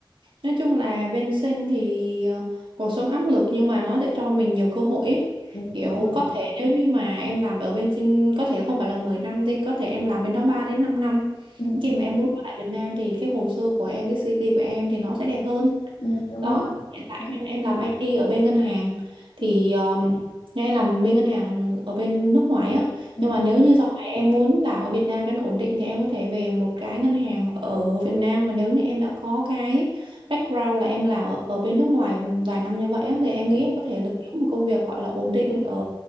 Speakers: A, on the right; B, on the left.
A: Nói chung là bên sinh thì ờ, cuộc sống áp lực nhưng mà nó sẽ cho mình nhiều cơ hội ấy.
B: ừ,
A: Kiểu
B: đúng rồi
A: có thể nếu như mà em làm ở bên sinh có thể không phải là 10 năm thì có thể em làm bên đó 3 đến 5 năm.
B: ừ,
A: Khi mà em muốn quay lại Việt Nam thì cái hồ sơ của em, cái CV của em thì nó sẽ đẹp hơn.
B: ừ, đúng
A: đó
B: rồi
A: hiện tại
B: đấy
A: em em làm IT ở bên ngân hàng thì
B: ừ,
A: um, em làm bên ngân hàng ở bên nước ngoài á
B: ừ.
A: nhưng mà nếu như sau này em muốn làm ở Việt Nam cho nó ổn định thì em có thể về một cái ngân hàng ở Việt Nam và nếu như em đã có cái background là em làm ở, ở bên nước ngoài vài năm như vậy á, thì em
B: ừ.
A: nghĩ em có thể được kiếm một công việc gọi là ổn định ở